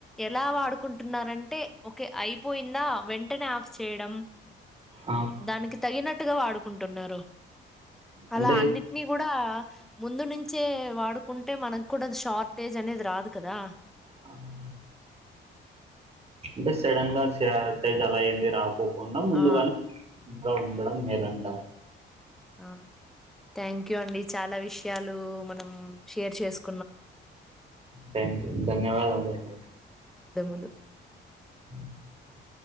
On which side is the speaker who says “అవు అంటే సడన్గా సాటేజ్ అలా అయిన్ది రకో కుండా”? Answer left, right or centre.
Right